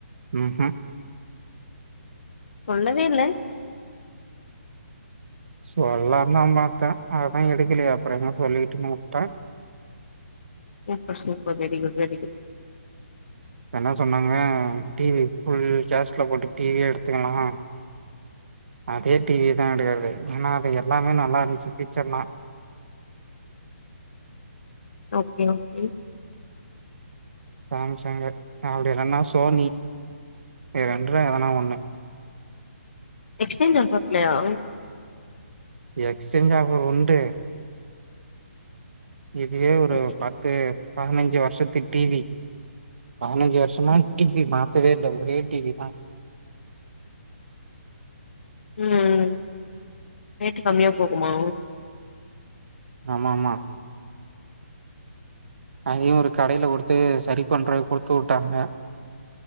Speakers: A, on the right; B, on the left.
A: ம் ஹிம்
B: சொல்லவே இல்ல
A: சொல்லாந்தா பாத்த அதா எடுக்கலையே அப்புறோ எங்க போய் சொல்லிட்டுனு உட்டன்
B: சூப்பர் சூப்பர் வெரிகுட் வெரிகுட்
A: என்ன சொன்னாங்க டி வி ஃபுல் கேஷ்ல போட்டு டிவியே எடுத்துக்கலாம் அதே டிவிதா எடுக்கறது ஏன்னா அது எல்லாமே நல்லாருந்துச்சு பீச்சர்லா
B: ஓகே ஓகே
A: சம்சங்கு அப்டி இல்லனா சோனி இந்த ரெண்டுல எதனா ஒண்ணு
B: எக்ஸ்சேஞ்ச் ஆஃபர் இல்லையா
A: எக்ஸ்சேஞ்ச் ஆஃபர் உண்டு இதுவே ஒரு
B: சரி
A: பத்து பதினஞ்சு வருஷத்து டிவி பதினஞ்சு வருஷமா டி வி மாத்தவே இல்ல ஒரே டிவி தா
B: ம் ம் ரேட்டு கம்மியா போகுமா
A: ஆமாமா அதையு ஒரு கடைல குடுத்து சரி பண்றதுக்கு குடுத்து உட்டாங்க